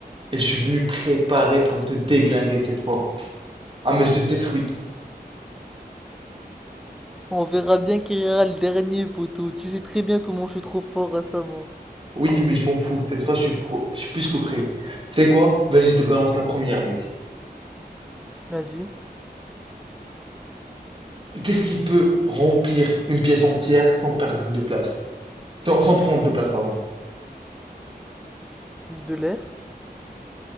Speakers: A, on the right (about 30°); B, in the centre.
A: Et je suis venu préparé pour te déglinguer cette fois. Ah, mais je te détruis.
B: On verra bien qui rira le dernier, poteau. Tu sais très bien comment je suis trop fort récemment.
A: Oui, mais je m'en fous. Cette fois, je suis pro, je suis plus que prêt. Tu sais quoi? Vas-y, je te balance la première, mec.
B: Vas-y.
A: Qu'est-ce qui peut remplir une pièce entière sans perdre de place? Sans, sans prendre de place, pardon.
B: De l'air.